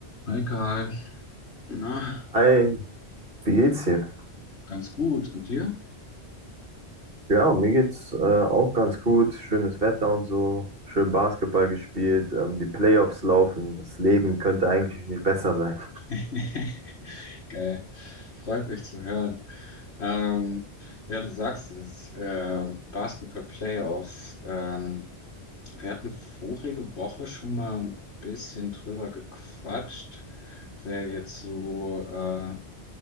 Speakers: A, on the left (about 75°); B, on the right (about 55°).
A: Hi Karl. Na,
B: Hi, wie geht's dir?
A: ganz gut. Und dir?
B: Ja, mir geht's äh, auch ganz gut. Schönes Wetter und so. Schön Basketball gespielt. Ähm, die Playoffs laufen. Das Leben könnte eigentlich nicht besser sein.
A: <laughs> Geil. Freut mich zu hören. Ähm, ja, du sagst es, äh, Basketball-Playoffs. Ähm, wir hatten vorige Woche schon mal ein bisschen drüber gequatscht, wer jetzt so, äh,